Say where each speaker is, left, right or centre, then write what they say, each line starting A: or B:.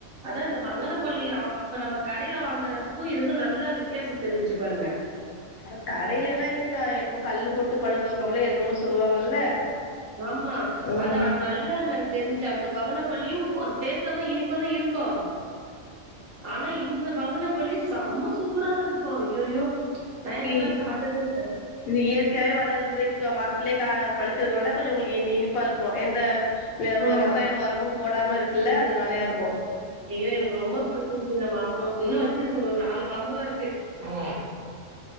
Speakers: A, on the right; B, on the left.
A: அதா அந்த பங்கனப்பள்ளி ஆ அ இப்ப நம்ம கடைல வாங்கறதுக்கு இதுக்கு நல்ல வித்தியாசோ தெரிஞ்சு பாருங்க
B: அட கடைல எல்லா எங்கங்க என்னமோ கல்லு போட்டு பழுக்க வெப்பாங்கல்ல என்னமோ சொல்லுவாங்கல்ல
A: ஆமா
B: ம்
A: அதா நல்லா எனக்கு தெரிஞ்ச்சு அந்த பங்கனபள்ளியு ஒரு டேஸ்ட்டாதா இனிப்பாதா இரு க்கு ஆனா இந்த பங்கன பள்ளி செம்ம சூப்பரா இருக்குப்பா அய்யய்யோ ஈ இந்த
B: ம்
A: மாரி சாப்ட்டதே இல்ல
B: இது இயற்கையாவே வளர்றது மரத்திலயே கா பழுக்கறதுனால கொஞ்சோ உங்களுக்கு இனிப்பா இருக்கு எந்த
A: ஆமா
B: ரசாயன ஒரமு போடாம இருக்கல்ல அதுனாலயா இருக்கு
A: அய்யோ எனக்கு ரொம்ப புடிச்சிருச்சு இந்த மாம்பழோ இன்னு வெச்சிருக்கு ஒரு நாலு மாம்பழோ இருக்கு ம்